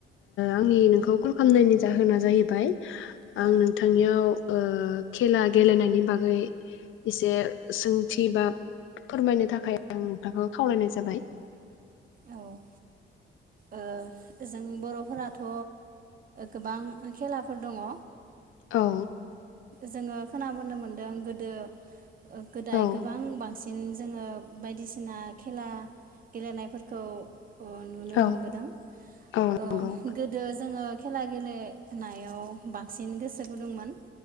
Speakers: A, on the left (about 80°); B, on the right (about 45°).
A: आंनि नोंखौ कल खालामनायनि जाहोना जाहैबाय
B: औ
A: आं नोंथांनियाव ओ खेला गेलेनायनि बागै एसे सोंथि बा फोरमायनो थाखाय आं नोंथांखौ खावलायनाय जाबाय
B: औ ओ जों बर'फोराथ' गोबां खेलाफोर दङ'
A: औ
B: जोङो खोनाबोनो मोन्दों गोदो गोदाय
A: औ
B: गोबां बांसिन जोङो बायदिसिना खेला गेलेनायफोरखौ अ नु
A: औ
B: बोदों
A: औ नंगौ
B: ओ गोदो जोङो खेला गेलेनायाव बांसिन गोसो गुदुंमोन